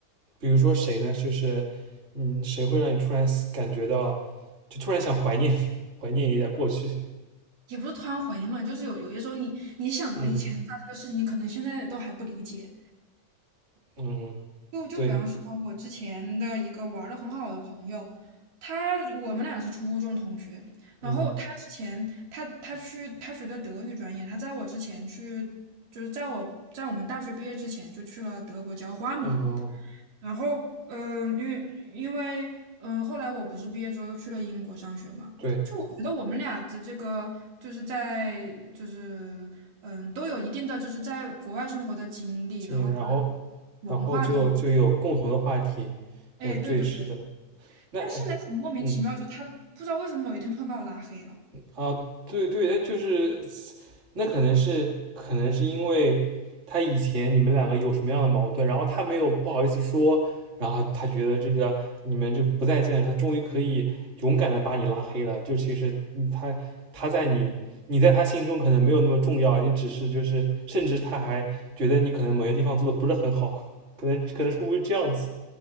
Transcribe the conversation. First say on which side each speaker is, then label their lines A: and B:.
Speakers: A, on the right (about 25°); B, on the right (about 75°).
A: 比如说谁呢？就是嗯，谁会让你突然感觉到，就突然想怀念 <laughs> 怀念一下过去？
B: 也不是突然怀念嘛，就是有有些时候你你想到以前发生的事情，
A: 嗯
B: 你可能现在都还不理解。
A: 嗯，
B: 就就比方说，
A: 对，
B: 我之前的一个玩的很好的朋友，他我们俩是初中同学，
A: 嗯
B: 然后他之前他他去他学的德语专业，他在我之前去，就是在我在我们大学毕业之前就去了德国交换嘛，
A: 哦，
B: 然后嗯、因为因为嗯、后来我不是毕业之后又去了英国上学嘛，
A: 对，
B: 就我觉得我们俩的这个就是在就是嗯、都有一定的就是在国外生活的经历，
A: 经验然后
B: 然后跟文化都。
A: 然后就就有共同的话题，
B: 哎，
A: 哎，对，
B: 对对对，
A: 是的，那哎
B: 但是呢，很莫名其妙，
A: 嗯。
B: 就他不知道为什么某一天突然把我拉黑了
A: 啊，对对，他就是那可能是可能是因为他以前你们两个有什么样的矛盾，然后他没有不好意思说，然后他觉得这个你们就不再见，他终于可以勇敢的把你拉黑了。就其实你他他在你你在他心中可能没有那么重要，你只是就是甚至他还觉得你可能某些地方做的不是很好，可能可能是会不会这样子